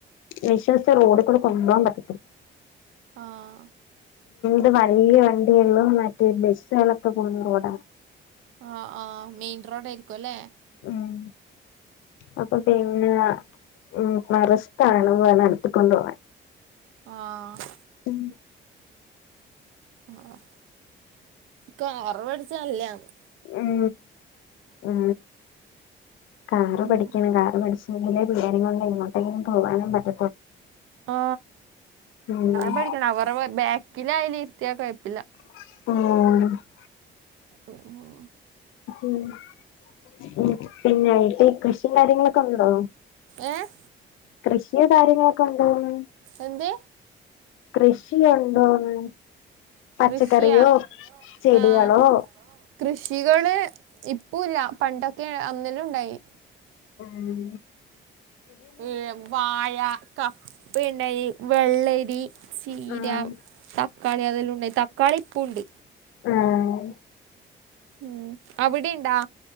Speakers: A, on the left; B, on the right.
A: വിശ്വസിച്ച് റോഡി കൂടെ കൊണ്ടുപോകാൻ പറ്റ
B: ആഹ്.
A: ത് വല്ല്യ വണ്ടിയേള്ളൂ മറ്റേ ബസ്സുകളൊക്കെ പോന്ന റോഡ.
B: ആ ആ മെയിൻ റോഡ് ആയിരിക്കും. ല്ലേ?
A: ആഹ് അപ്പൊ പിന്നെ ഉ രിഷ്ക്കാണ് നടത്തി ക്കൊണ്ട് പോവാൻ.
B: ആഹ്
A: ഉം
B: ആ കാർ <unintelligible>
A: ഉം ഉ കാറ്
B: ഉം
A: പഠിക്കണം കാറ് പഠിച്ച എവിടേം പിള്ളേരേം കൊണ്ട് എങ്ങോട്ടെങ്കിലും പോകാനും പറ്റ
B: ആ
A: ഉം
B: പഠിക്കണം അവരെ ബാക്കില അയലും ഇരുത്തിയാ കുഴപ്പില്ല.
A: ഉം
B: ഉം ഉം
A: ഉ പിന്നായിട്ട് <unintelligible> കാര്യങ്ങളൊക്കെ ഉണ്ടോ
B: ഏഹ്
A: കൃഷിയ കാര്യങ്ങളൊക്കെ ഉണ്ടോന്നു
B: എന്ത്
A: കൃഷിയ ന്തോന്ന്‌ പച്ചക്കറിയോ,
B: കൃഷിയാ
A: ചെടികളോ.
B: ആഹ് കൃഷികള് ഇപ്പൊല്ല പണ്ടൊക്കെ അനങലും ഉണ്ടായി
A: ആഹ്
B: ഏ വാഴ, കപ്പണ്ടായി, വെള്ളരി. ചീര,
A: ആഹ്
B: തക്കാളി അതെല്ലാംണ്ടായി തക്കാളി ഇപ്പുണ്ട്.
A: ആഹ്
B: ഉം അവിടെയ്ണ്ടാ?